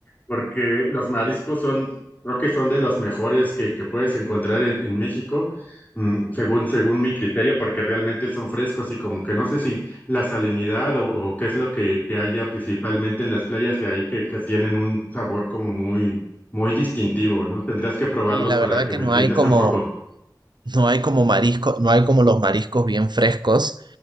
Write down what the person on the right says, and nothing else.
Y la
verdad
que
no
hay como,
No hay como marisco, no hay como los mariscos bien frescos,